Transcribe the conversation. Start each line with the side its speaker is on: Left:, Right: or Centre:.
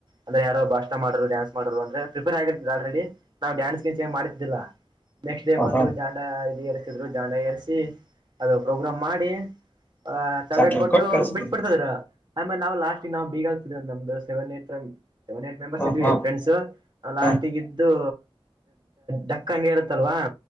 Right: ಅಂದ್ರ ಯಾರೋ ಭಾಷಣ ಮಾಡರು, ಡಾನ್ಸ್ ಮಾಡರು ಅಂದ್ರೆ ಪ್ರಿಪೇರಾಗಿರ್ತಿದ್ದರು ಆಲ್ರೆಡಿ. ನಾವು ಡ್ಯಾನ್ಸ್ ಗ್ರೀನ್ಸ್ ಎನ್ ಮಾಡ್ತಿದ್ದಿಲ್ಲಾ. ನೆಕ್ಸ್ಟ್ ಡೇ
Left: ಹ
Right: ಬಂದು
Left: ಹಾ
Right: ಜಾಂಡಾ ಎರ್ಸಿದ್ರು. ಜಾಂಡಾ ಎಸ್ರಿ ಅದು ಪ್ರೋಗ್ರಾಮ್ ಮಾಡಿ ಆ ತಗದ
Left: ಚಾಕ್ಲೇಟ್
Right: ಕೊಟ್ಟು
Left: ಕಳ್ಸ್ಬುಡು
Right: ಬಿಟ್ಬಿಡ್ತೀದ್ರು. ಆಮೇಲೆ ನಾವು ಲಾಸ್ಟ್ ನಾವು ಬಿಗಾ <unintelligible> ನಮ್ದ ಸೆವೆನ್ ಏ ಸೆವೆನ್ ಏಟ್ ಮೆಂಬರ್
Left: ಹ
Right: ಇದ್ವಿ
Left: ಹಾ
Right: ಫ್ರೆಂಡ್ಸ್. ಲಾಸ್ಟಿಗಿದ್ದು
Left: ಹ
Right: ಡಕ್ಕ ಹಂಗೆ ಇರುತ್ತಲ್ವಾ.